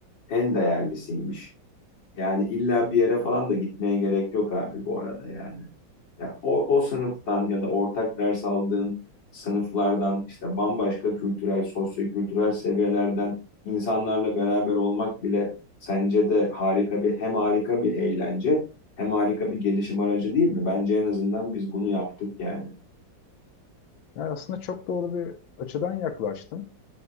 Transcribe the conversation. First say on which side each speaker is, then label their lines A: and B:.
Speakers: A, on the left (about 70°); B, on the left (about 80°).
A: en değerlisiymiş. Yani illa bir yere falan da gitmeye gerek yok abi bu arada yani. Ya o, o sınıftan ya da ortak ders aldığın sınıflardan işte bambaşka kültürel, sosyokültürel seviyelerden insanlarla beraber olmak bile sence de harika bir hem harika bir eğlence hem harika bir gelişim aracı değil mi? Bence en azından biz bunu yaptık yani.
B: Yani aslında çok doğru bir açıdan yaklaştın.